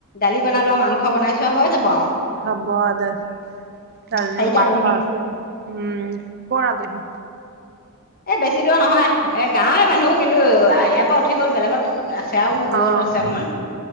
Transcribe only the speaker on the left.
দালি বনালো আও মাং মাংস বনাইছোঁ হৈ যাব আও।
চাৰিটা
আলহী
এ বেছি দূৰৰ নহয়। এ গাওঁৱে মানুহ কিন্তু ইয়াৰ পৰা উঠি গ'ল বেলেগত। আছে আও দূৰলৈছে
অকণমান